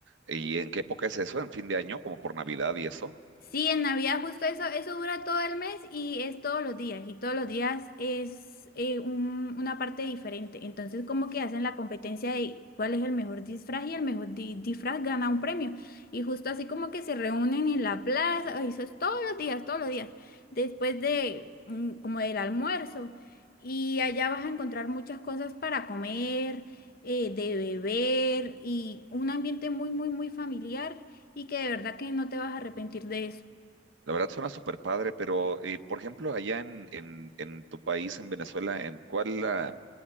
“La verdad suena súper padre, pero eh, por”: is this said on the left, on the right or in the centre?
Right